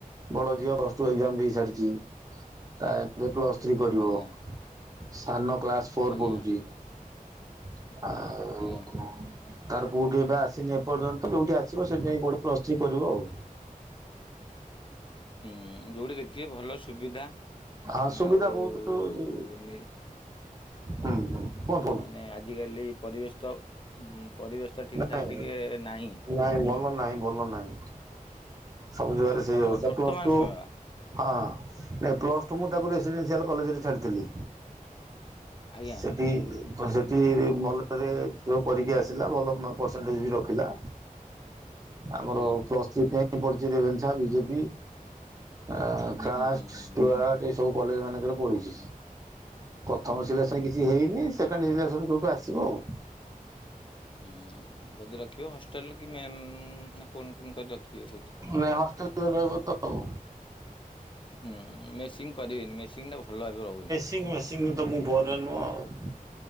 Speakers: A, on the right; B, on the left.
A: ବଡ ଝିଅ ପ୍ଲସ୍ଟୁ ଏକ୍ସାମ୍ ଦେଇ ସାରିଚି ତା ପ୍ଲସ୍ ଥ୍ରୀ କରିବ
B: ଆଜ୍ଞା
A: ସାନ କ୍ଲାସ ଫୋର୍
B: ଆଜ୍ଞା
A: ପଢୁଚି। <unintelligible>
B: ଆଜ୍ଞା
A: ତାର କୋଉଠି ଏବେ ଆସିନି ଏପର୍ଯ୍ୟନ୍ତ ଯୋଉଠି ଆସିବ ସେଠିଯାଇଁ ଗୋଟେ ପ୍ଲୁସ ଥ୍ରୀ କରିବ ଆଉ।
B: ହୁଁ ଯୋଉଠି ଦେଖିବେ ଭଲ ସୁବିଧା
A: ହଁ ସୁବିଧା
B: ଆଉ
A: ବହୁତ ହୁଁ ହୁଁ
B: ନି
A: <unintelligible>
B: ମାନେ ଆଜିକାଲି ପରିବେଶ ତ ପରିବେଶ ତ ଠିକ ଠାକ
A: ନାଇଁ
B: ଟିକେ ନାହିଁ।
A: ନାଇଁ ଭଲ ନାହିଁ ଭଲ ନାହିଁ। ସବୁ ଜାଗାରେ
B: ବର୍ତ୍ତମାନ
A: ସେଇ ଅବସ୍ଥା
B: ବର୍ତ୍ତମାନ
A: ପ୍ଲସ ଟୁ
B: ସମୟ
A: ହଁ ନାଇଁ ପ୍ଲସ ଟୁ
B: ହୁଁ
A: ମୁଁ ତାକୁ ରେସିଡେଣ୍ଡିଆଲ କଲେଜ ରେ ଛାଡ଼ିଥିଲି
B: ଆଜ୍ଞା
A: ସେଇଠି
B: ହୁଁ
A: <unintelligible> <unintelligible> କରିକି ଆସିଲା ଭଲ ପେରସେଣ୍ଟଗେ ବି ରଖିଲା ଆମର
B: ଆଜ୍ଞା
A: ପ୍ଲୁସ ଥ୍ରୀ ପାଇଁ ପଡିଛି ରେଭେନ୍ଶା, ବି ଯେ ବି ଆ
B: ହୁଁ
A: ଖରାଷ୍ଟ,
B: ହୁଁ ହୁଁ ହୁଁ
A: ସ୍ତୁଆର୍ଟ
B: ହୁଁ
A: ଏଶ ସବୁ କଲେଜ ମାନଙ୍କରେ ପଢ଼ିଛି।
B: ହୁଁ
A: ପ୍ରଥମ
B: ହୁଁ
A: ସିଲେକ୍ସନ କିଛି ହେଇନି ସେକେଣ୍ଡ ସେଲେକ୍ସନ ଯୋଉଠୁ ଆସିବ ଆଉ।
B: ହଁ ଯଦି ରଖିବ ହଷ୍ଟେଲ କି ମେମ <unintelligible> କରି ରଖିବେ ବୋଲି
A: ନାଇଁ ହଷ୍ଟେଲରେ ରହିବ ତ ଆଉ
B: ହୁଁ ମେସିଂ କରିବେନି ମେସିଂ ଟା ଭଲ ଭାବେ ରହୁନି।
A: <unintelligible>